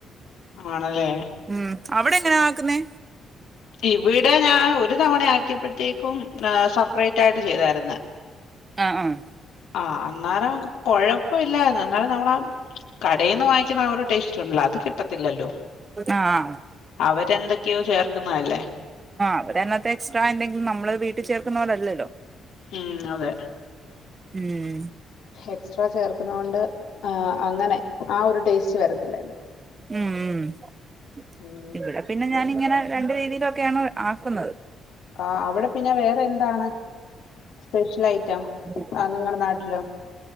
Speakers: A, on the left; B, on the right.
A: ആണല്ലെ
B: ഉം അവിടെ എങ്ങനെയാക്കുന്നെ
A: ഇവിടെ ഞാൻ ഒരു തവണ ആക്കിയപ്പഴത്തേക്കും ആ സെപ്രേറ്റായിട്ട് ചെയ്തായിരുന്ന്.
B: ആഹ് ആഹ്
A: ആഹ് അന്നാരം കൊഴപ്പില്ലായിരുന്നു എന്നാലും നമ്മളാ കടേന്ന് വാങ്ങിക്കുന്ന ആ ഒരു ടേസ്റ്റുണ്ടല്ലോ അത് കിട്ടത്തില്ലല്ലോ.
B: ആഹ്
A: അവരെന്തെക്കെയോ ചേർക്കുന്നതല്ലേ.
B: ആ അവരയിനാത്ത് എക്സ്ട്രാ എന്തെങ്കിലും നമ്മള് വീട്ടിൽ ചേർക്കുന്ന പോലല്ലല്ലോ.
A: ഉം അതെ
B: ഉം
A: എക്സ്ട്രാ ചേർക്കുന്ന കൊണ്ട് അങ്ങനെ ആ ഒരു ടേസ്റ്റ് വരത്തില്ലല്ലോ
B: ഉം ഉ
A: ഉം
B: ഇവിടെ പിന്നെ ഞാാനിങ്ങനെ രണ്ട രീതിയിലൊക്കെയാണ് ആക്കുന്നത്
A: ആ അവിടെ പിന്നെ വേറെ എന്താണ് സ്പെഷ്യൽ ഐറ്റം
B: ഉ
A: ആ ഞങ്ങളുടെ നാട്ടിലോ